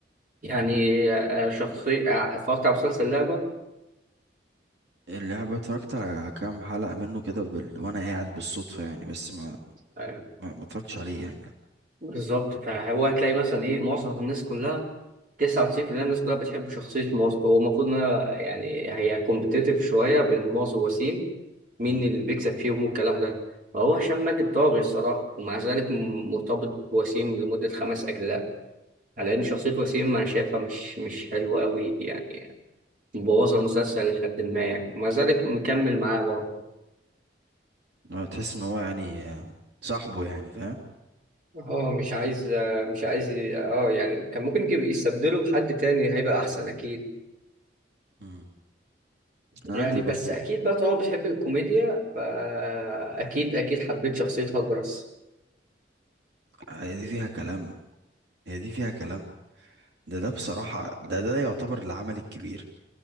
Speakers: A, on the right (about 45°); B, on the right (about 75°).
A: يعني آه، شخصية آه، اتفرجت على مسلسل لعبة
B: اللعبة اتفرجت على كام حلقة منه كده بال... وانا قاعد بالصدفة يعني بس ما
A: آه،
B: ما, ما اتفرجتش عليه يعني لا
A: بالظبط فهو هتلاقي مثلا ايه معظم الناس كلها 99% الناس كلها بتحب شخصية موز هو المفروض انها يعني هي كومبتيتيف شوية بين موز ووسيم مين
B: مم.
A: اللي بيكسب فيهم والكلام ده فهو هشام ماجد طاغي الصراحة ومع ذلك م- مرتبط بوسيم لمدة خمس أجزاء على إن شخصية وسيم أنا شايفها مش مش حلوة أوي يعني مبوظة المسلسل لحد ما يعني ومع ذلك مكمل معاه برضه
B: لا، تحس ان هو يعني آه، صاحبه يعني فاهم
A: اه مش عايز آه، مش عايز ي- اه يعني كان ممكن يجيب يستبدله بحد تاني هيبقى احسن اكيد
B: مم. انا
A: يعني
B: عندي برضو
A: بس اكيد بقى طالما بتحب الكوميديا فاكيد اكيد حبيت شخصية هجرس
B: هي دي فيها كلام هي دي فيها كلام ده ده بصراحة ده ده يعتبر العمل الكبير